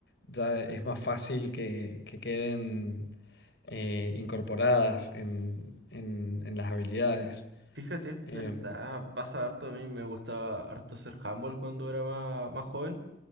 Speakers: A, on the left (about 65°); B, on the right (about 70°).
A: ya es más fácil que, que queden eh, incorporadas en, en- en las habilidades.
B: fíjate, es
A: Em,
B: verdad, pasa harto, a mí me gustaba harto hacer handball cuando era más, más joven